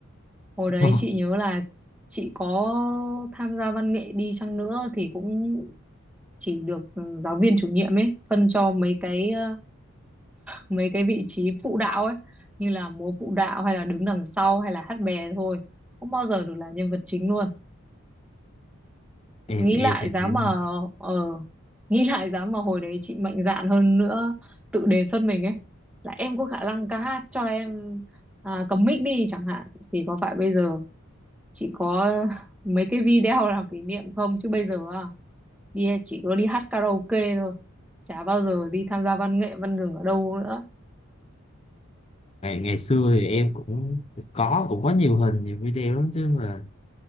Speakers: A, in the centre; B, on the left (about 25°).
A: hồi đấy
B: không <laughs>
A: chị nhớ là chị có tham gia văn nghệ đi chăng nữa thì cũng chỉ được ừ, giáo viên chủ nhiệm ấy phân cho mấy cái ờ, mấy cái vị trí phụ đạo ấy như là múa phụ đạo hay là đứng đằng sau hay là hát bè thôi không bao giờ được là nhân vật chính luôn
B: em
A: nghĩ
B: em
A: lại
B: thì
A: giá
B: em
A: mà ờ nghĩ <laughs> lại giá mà hồi đấy chị mạnh dạn hơn nữa tự đề xuất mình ấy là em có khả năng ca hát cho em à, cầm mic đi chẳng hạn thì có phải bây giờ chị có <laughs> mấy cái video <laughs> làm kỷ niệm không chứ bây giờ à, đi chị có đi hát karaoke thôi chả bao giờ đi tham gia văn nghệ văn gừng ở đâu nữa
B: ngày ngày xưa thì em cũng có cũng có nhiều hình nhiều video lắm chứ mà